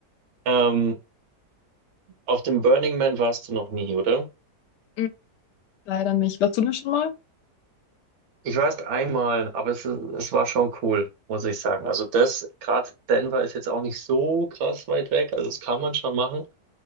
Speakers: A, on the right; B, on the left.
A: Ähm, auf dem Burning Man warst du noch nie, oder?
B: Mhm. Leider nicht. Warst du da schon mal?
A: Ich war erst einmal, aber es, es war schon cool, muss ich sagen. Also das, gerade Denver ist jetzt auch nicht so krass weit weg, also das kann man schon machen.